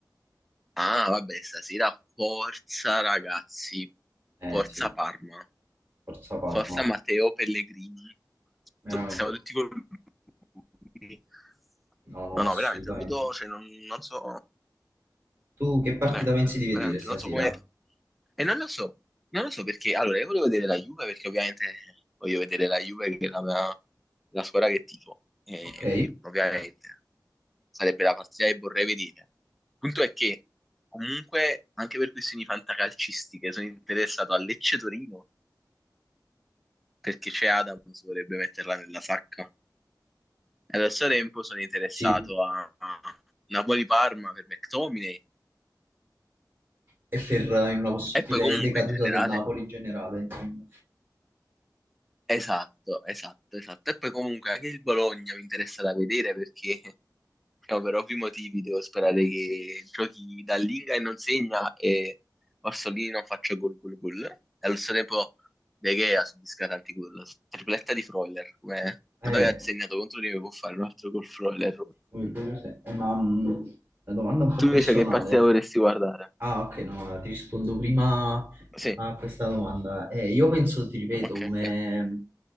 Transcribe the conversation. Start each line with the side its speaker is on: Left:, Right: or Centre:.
Centre: Ah, vabbè, stasera forza ragazzi,
Right: Eh
Centre: forza
Right: sì,
Centre: Parma,
Right: forza Parma,
Centre: forza Matteo Pellegrini.
Right: veramente.
Centre: Tu- Siamo tutti con lui.
Right: No, no,
Centre: No, no,
Right: assolutamente.
Centre: veramente non vedo, cioè non, non so.
Right: Tu che partita
Centre: Veramente,
Right: pensi di vedere
Centre: veramente,
Right: stasera?
Centre: non so come... E non lo so, non lo so perché... Allora, io volevo vedere la Juve perché ovviamente voglio vedere la Juve che è la, mia- la squadra che tifo. E
Right: Ok,
Centre: quindi ovviamente sarebbe la partita che vorrei vedere. Il punto è che comunque anche per questioni fantacalcistiche sono interessato a Lecce Torino perché c'è Adams, vorrebbe metterla nella sacca. E allo stesso tempo sono interessato
Right: sì.
Centre: a a Napoli Parma per McTominay
Right: e per eh, in una possibile
Centre: e poi comunque
Right: decaduta
Centre: in generale
Right: del Napoli in generale, insomma.
Centre: Esatto, esatto, esatto. E poi comunque anche il Bologna mi interessa da vedere perché <laughs> no, per ovvi motivi devo sperare che giochi dall'Inga e non segna e Orsolini non faccia gol gol gol. E allo stesso tempo De Gea subisca tanti gol. Tripletta di Freuler, come Godoy
Right: Eh,
Centre: ha segnato contro di me può fare un altro gol Freuler.
Right: Come quello se- eh, ma mh, la domanda è un po'
Centre: Tu invece
Right: personale.
Centre: che partita vorresti guardare?
Right: Ah, ok, no, allora ti rispondo prima
Centre: Sì,
Right: a questa domanda. Eh, io penso, ti ripeto,
Centre: ok,
Right: come,
Centre: ok.